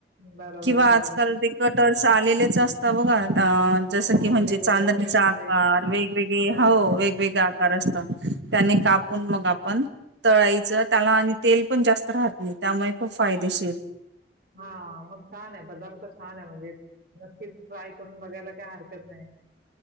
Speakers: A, on the right; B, on the right.
A: बरोबर,
B: किंवा
A: बरोबर.
B: आजकाल ते कटर्स आलेलेच असतात बघा अ जसं
A: हो,
B: की
A: हो.
B: म्हणजे
A: वेगवेगळ्या
B: चांदणीचा
A: शेपमध्ये.
B: आकार वेगवेगळे
A: बरोबर.
B: हो वेगवेगळे आकार असतात त्याने कापून मग आपण तळाईचं त्याला आणि तेल पण जास्त राहत नाही त्यामुळे खूप फायदेशीर
A: हा मग छान आहे पदार्थ छान आहे म्हणजे कि ट्राय करून बघायला काय हरकत नाही